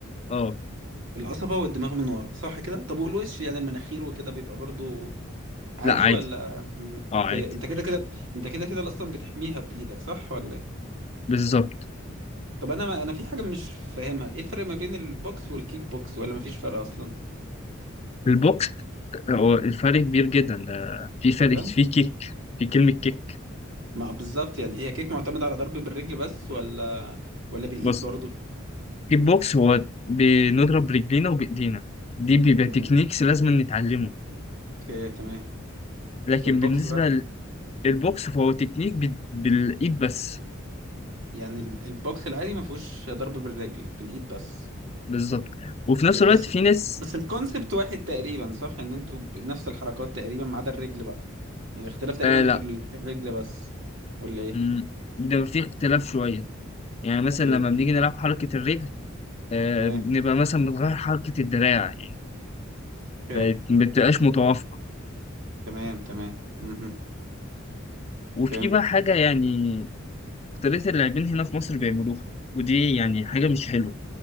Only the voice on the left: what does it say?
اه
لا عادي
اه
عادي
بالظبط
البوكس هو الفرق كبير جدا ده في فرق
في كيك في كلمة كيك
بص
الكيك بوكس هو بنضرب رجلينا وبإيدينا دي بيبقى
تكنيكس لازم نتعلمه
لكن
بالنسبة
للبوكس فهو تكنيك بال- بالإيد بس
بالظبط وفي
نفس الوقت
في ناس
آه لا
مم، ده في اختلاف شوية يعني مثلا
لما
بنيجي نلعب حركة الرجل آه،
بنبقى مثلا بتغير حركة الدراع يعني
بقت- ما بتبقاش متوافقة
وفي
بقى حاجة يعني أكترية اللاعبين هنا في مصر بيعملوها ودي يعني حاجة مش حلوة